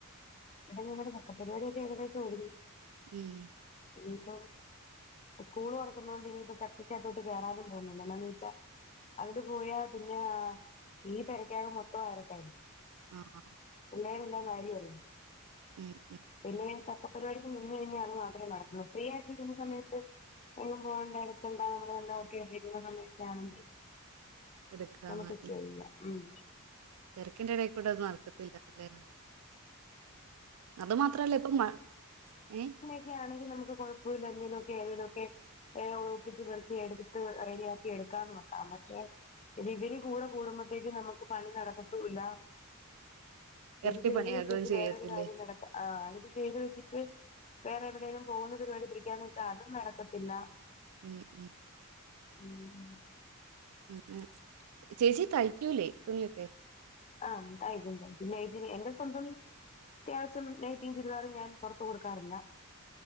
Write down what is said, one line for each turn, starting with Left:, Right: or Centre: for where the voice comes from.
Left: ഇവെടെ ഞങ്ങടെ ചക്ക പരിവാടി ഒക്കെ ഏകദേശം ഒരുങ്ങി
Right: ഉം
Left: യുനിഫോം ഉക്കൂള് തൊറക്ക്ന്നതാേണ്ട് ഇനിയിപ്പാെ ചക്കക്ക് അകത്തോട്ട് കേറാനും പോവുന്നില്ല ഇന്ന പിന്നെ ഈച്ച അങ്ങട്ട് പോയാ പിന്നെ ഈ പെരക്കകത്ത് മൊത്തം അവരൊക്കെയായിരിക്കും
Right: ആഹ്
Left: പിള്ളേര് എല്ലാം വാരി എറിയും
Right: ഉം ഉം
Left: പിന്നെ ചക്ക പരിവാടിക്ക് നിന്ന് കെഴിഞ്ഞാൽ അത് മാത്രേ നടക്കൂ ഫ്രീയായിട്ട് ഇരിക്ക്ന്ന സമയത്ത് എന്നും പോവ്ണ്ടാ അട്ത്ത് ഇണ്ടാവണമല്ലോ ഒക്കേ <unintelligible> സമയത്താണെങ്കി
Right: എടുക്കാന്ന്
Left: നമക്ക് ചെയ്യാ ഉം
Right: തെരക്കിന്റെ എടേക്കൂടെ അത് നടക്കത്തില്ല അല്ലേ അത് മാത്രവല്ല ഇപ്പം മഴ ഏഹ്
Left: വീട്ടിലാണെങ്കി നമുക്ക് കാെഴപ്പവുല്ല ഇങ്ങനെ ഒക്കെ ഏണ്ഒക്കെ ഏ ഒഴുപ്പിച്ച് പെറ്ക്കി എട്ത്ത് റെഡിയാക്കി എട്ക്കാൻ നോക്കാം പക്ഷെ എടീ ഇവെര് കൂടെ കൂടുമ്പഴ്ത്തേക്കും നമക്ക് പണി നടക്കത്തൂല്ല
Right: ഇരട്ടിപ്പണിയാകുകയും
Left: എടി ചെയ്ത് വെച്ചാേട്ത്ത്
Right: ചെയ്യത്തില്ലേ
Left: വേറാെര് കാര്യം നടക്കാ ആഹ് ഇത് ചെയ്ത് വെച്ചിട്ട് വേറെ എവെടേലും പോവുന്ന പരിവുടി പിടിക്യാകാന്ന് വെച്ചാ അതും നടക്കത്തില്ല
Right: ഉം ഉം
Left: ഉം
Right: ഉം ഏഹ് ചേച്ചി തയ്ക്കൂലെ തുണിയൊക്കെ
Left: ആഹ് തയ്ക്കും തയ്ക്കും നൈറ്റി ഒക്കെ എന്റെസ്വന്തം വി അത്യാശ്യം നൈറ്റിം ചുരിദാറും ഞാൻ പാെറത്ത് കൊട്ക്കാറില്ല